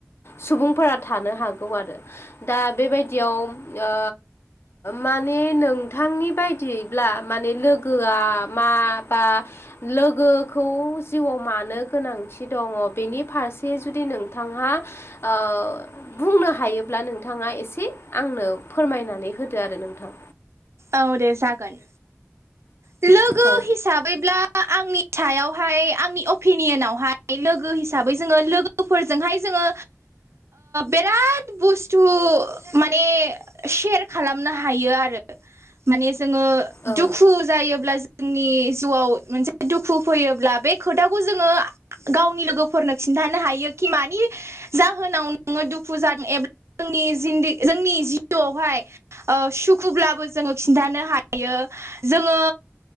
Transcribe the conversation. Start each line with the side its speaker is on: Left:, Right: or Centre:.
Left: सुबुंफोरा थानो हागौ आरो दा बेबायदियाव ओ माने नोंथांनि बायदियैब्ला माने लोगोआ मा बा लोगोखौ जिउआव मानो गोनांथि दङ बेनि फारसे जुदि नोंथांहा ओ बुंनो हायोब्ला नोंथाङा एसे आंनो फोरमायनानै होदो आरो नोंथां।
Right: औ दे जागोन। लोगो
Left: औ
Right: हिसाबैब्ला आंनि सायावहाय आंनि अपिनियनावहाय लोगो हिसाबै जोङो लोगोफोरजोंहाय जोङो बिराद बुस्थु माने सेयार खालामनो हायो आरो मान जो
Left: औ
Right: दुखु जायोब्ला जोंनि जिउआव मोनसे दुखु फैयोब्ला बे खोथाखौ जोङो गावनि लोगोफोरनो खिन्थानो हायो खि मानि जाहोनाव नोङो दुखु ज एबा जोंनि जोंनि जि जिआवहाय सुखुब्लाबो जोङो खिन्थानो हायो जोङो